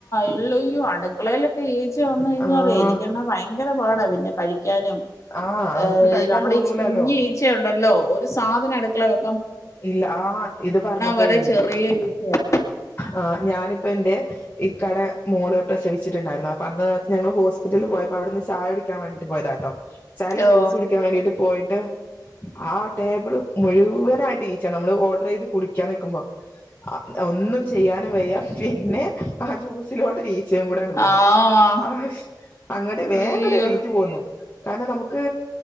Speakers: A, on the left; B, on the left.
A: എല്ലയോ അടുക്കളയിലൊക്കെ ഈച്ച വന്നു കഴിഞ്ഞാലേ
B: ആ
A: എനിക്കണ ഭയങ്കര പാടാ പിന്നെ കഴിക്കാനും
B: ആഹ് നമുക്ക്
A: ഏ
B: കഴിക്കാൻ
A: നമ്മടെ
B: തോന്നൂലല്ലോ
A: ഈ കുഞ്ഞ് ഈച്ചയുണ്ടല്ലോ ഒരു സാധനം അടുക്കള വെ
B: ഇല്ല ആ ഇത് പറഞ്ഞപ്പയേ
A: വരെ ചെറിയ ഈച്ചയാ
B: ആ ഞാനിപ്പ ഇപ്പന്റെ ഇക്കാടെ മോള് പ്രസവി വച്ചിട്ടുണ്ടായിര്ന്ന് അപ്പൊ അന്ന് ഞങ്ങള് ഹോസ്പിറ്റലിൽ പോയപ്പോ അവിടുന്ന് ചായുടിക്കാൻ വേണ്ടിട്ട് പോയതാട്ടോ ചാലെ
A: ഓ
B: ജ്യൂസ് കുടിക്കാൻ വേണ്ടീട്ട് പോ ട്ട് ആ ടേബിൾ മുഴുവനായി ടീച്ച നമ്മള് ഓർഡറെയ്ത് കുടിക്കാൻ നിക്കുമ്പോ ഒന്നും ചെയ്യാനും വയ്യ പിന്നെ ആ ജ്യൂ സിലോട്ട് ഒരീച്ചയും കൂടണ്ട് വീണു
A: ആഹ്
B: ആഷ് അങ്ങട് വേങ്ങട്
A: അയ്യോ
B: എണീ റ്റ് പോന്നു കാരണം നമുക്ക്